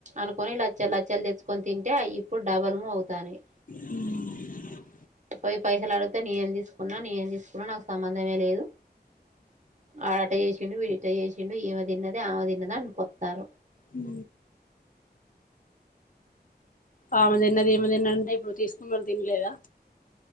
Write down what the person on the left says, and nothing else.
బైకు సౌండ్
ఊ ఆమె తిన్నది ఈమే తిన్నది ఇప్పుడు తీసుకున్న వాళ్ళు తిన లేదా